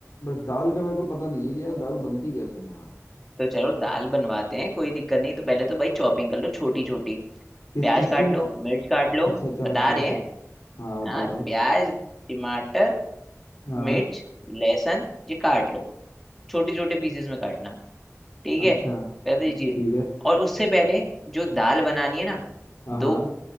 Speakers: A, on the left; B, in the centre.
A: बस दाल का मेरे को पता नहीं है कि यार दाल बनती कैसे है यहाँ
B: तो चलो दाल बनवाते हैं कोई दिक्कत नहीं तो पहले तो भाई चॉपिंग कर लो छोटी छोटी
A: किस
B: प्याज
A: चीज
B: काट
A: की
B: लो मिर्च काट लो
A: अच्छा अच्छा
B: बता
A: अच्छा
B: रहे
A: अच्छा
B: हैं
A: हाँ बताओ
B: हाँ
A: बताओ
B: प्याज टमाटर
A: हाँ
B: मिर्च लहसुन ये काट लो छोटे छोटे पीसेस में काटना ठीक है
A: अच्छा
B: पहले ये
A: ठीक है
B: और उससे पहले जो दाल बनानी है ना
A: हाँ हाँ,
B: दो